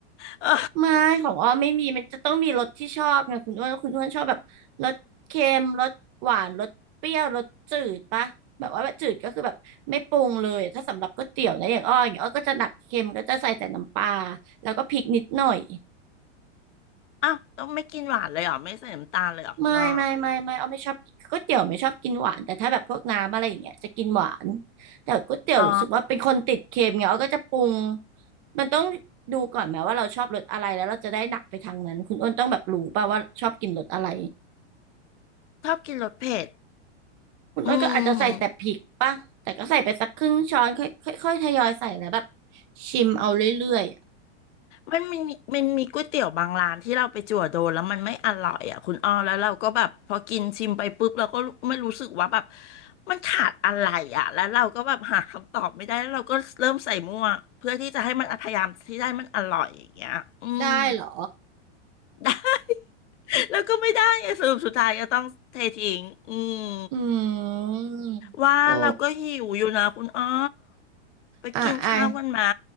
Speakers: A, on the left (about 75°); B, on the right (about 30°).
A: เออ
B: ไม่ของอ้อไม่มีมันจะต้องมีรสที่ชอบไงคุณอ้วนคุณอ้วนชอบแบบรสเค็มรสหวานรสเปรี้ยวรสจืดปะแบบว่าแบบจืดก็คือแบบไม่ปรุงเลยถ้าสำหรับก๋วยเตี๋ยวนะอย่างอ้ออย่างเงี้ยอ้อก็จะหนักเค็มก็จะใส่แต่น้ำปลาแล้วก็พริกนิดหน่อย
A: อ้าวต้องไม่กินหวานเลยเหรอไม่ใส่น้ำตาลเลยเหรอคุณอ้อ
B: ไม่ไม่ไม่ไม่เอาไม่ชอบก๋วยเตี๋ยวไม่ชอบกินหวานแต่ถ้าแบบพวกน้ำอะไรอย่างเงี้ยจะกินหวานแต่ก๋วยเตี๋ยวรู้สึกว่าเป็นคนติดเค็มเงี้ยเอาก็จะปรุง
A: อ๋อ
B: มันต้องดูก่อนไหมว่าเราชอบรสอะไรแล้วเราจะได้หนักไปทางนั้นคุณอ้นต้องแบบรู้ป่ะว่าชอบกินรสอะไร
A: ชอบกินรสเผ็ด
B: คุณอ้นก็อาจจะใส่แต่พริกป่ะแต่ก็ใส่ไปสักครึ่งช้อนค่อยค่อยค่อยทยอยใส่แล้วแบบ
A: อืม
B: ชิมเอาเรื่อยๆอะ
A: มันมีมันมีก๋วยเตี๋ยวบางร้านที่เราไปจั่วโดนแล้วมันไม่อร่อยอ่ะคุณอ้อแล้วเราก็แบบพอกินชิมไปปุ๊บเราก็ไม่รู้สึกว่าแบบมันขาดอะไรอ่ะแล้วเราก็แบบหาคำตอบไม่ได้แล้วเราก็เริ่มใส่มั่วเพื่อที่จะให้มันพยายามที่ได้มันอร่อยอย่างเงี้ยอืม
B: ได้เหรอ
A: <laughs> ได้แล้วก็ไม่ได้ไงสรุปสุดท้ายก็ต้องเททิ้งอืม
B: อืม
A: ว่าเราก็หิวอยู่นะคุณอ้อ
B: โอ้
A: ไปกินข้าวกันมา
B: อ่ะอ่ะ